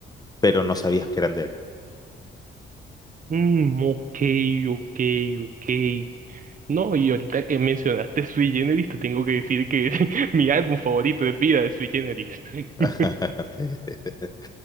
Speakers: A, on the left; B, on the right.
A: pero no sabías que eran de él.
B: Mm, ok, ok, ok. No, y ahorita que mencionaste Sui Generis, te tengo que decir que es <laughs> mi álbum favorito de vida de Sui Generis.
A: <laughs>
B: <laughs>
A: Sí, sí, sí. Sí,